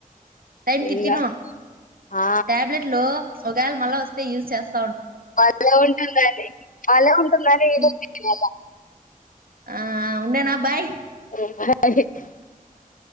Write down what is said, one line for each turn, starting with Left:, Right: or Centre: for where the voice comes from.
Right: టైమ్ కి
Left: ఇంగా
Right: తిను
Left: ఆ
Right: ట్యాబ్లేట్ లో ఒక గాల మల్లా వస్తు యూస్ చేస్తున్న
Left: బలే ఉంటుందని బలే ఉంటుందని ఇరికింది
Right: ఉమ్.
Left: ఆలా
Right: ఆ ఉండనా బాయ్
Left: <inaudible> <inaudible>